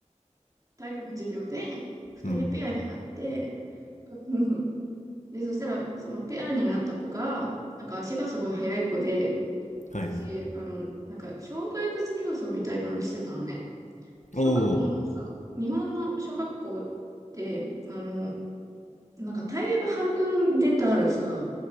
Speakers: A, on the right (about 25°); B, on the left (about 75°).
A: 体育の授業で、二人ペアになって、
B: うん。
A: <laughs> で、そしたら、そのペアになった子が、なんか足がすごい速い子で、私、
B: はいはい。
A: あの、なんか、障害物競争みたいなのしてたのね。小学校のさ、
B: おお。
A: 日本の小学校って、あの、なんかタイヤが半分出たさ、